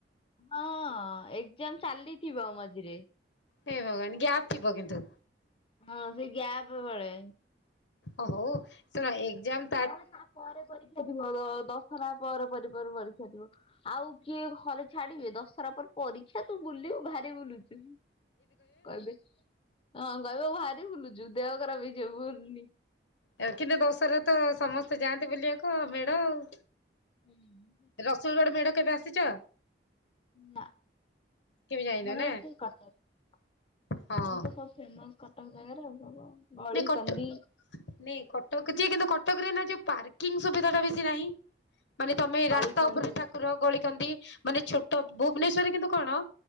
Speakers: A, on the left; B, on the left.
A: ହଁ ଏକ୍ଜାମ ଚାଲିଥିବ ମଝିରେ।
B: ହେ ଭଗବାନ୍ ଗ୍ୟାପ ଥିବ କିନ୍ତୁ।
A: ହଁ ସେ ଗ୍ୟାପ ବଳେ
B: ଅ ହଉ ତୋର ଏଗ୍ଜାମ
A: ହଁ ରେ ତା ପରେ ପରୀକ୍ଷା ଥିବ। ଦଶହରା ପରେ <unintelligible> ପରୀକ୍ଷା ଥିବ। ଆଉ କିଏ ଘରେ ଛାଡିବେ, ଦଶହରା ପରେ ପରୀକ୍ଷା ତୁ ବୁଲିବୁ ଭାରି ବୁଲୁଚୁ। କହିବେ ହଁ କହିବେ ଭାରି ବୁଲୁଚୁ। ଦେହ ଖରାପ ହେଇଯିବ ବୁଲୁନି।
B: ଅ କିନ୍ତୁ ଦଶହର ତ ସମସ୍ତେ ଯାଆନ୍ତି ବୁଲିବାକୁ ମେଢ ଆଉ।
A: <inaudible>
B: ରସୁଲଗଡ଼ ମେଢ କେବେ ଆସିଚ?
A: ନା।
B: କେବେ ଯାଇନ
A: ଆମର
B: ନା?
A: ସେଇ କଟକ। ଆମର
B: ହଁ
A: ତ ସବୁ ଫେମସ କଟକ ଜାଗାରେ ଆଉ। ଗଳି
B: ନାଇଁ କଟ
A: କନ୍ଧି
B: ନାଇଁ କଟକ ଯେ କିନ୍ତୁ କଟକରେ ନା ଯୋଉ ପାର୍କିଂ ସୁବିଧା ଟା ବେଶୀ ନାହିଁ। ମାନେ ତମେ ରାସ୍ତା
A: ଗଳି କନ୍ଦି
B: ଉପରେ ଠାକୁର ଗଳି କନ୍ଧି ମାନେ ଛୋଟ ଭୁବନେଶ୍ୱରରେ କିନ୍ତୁ କଣ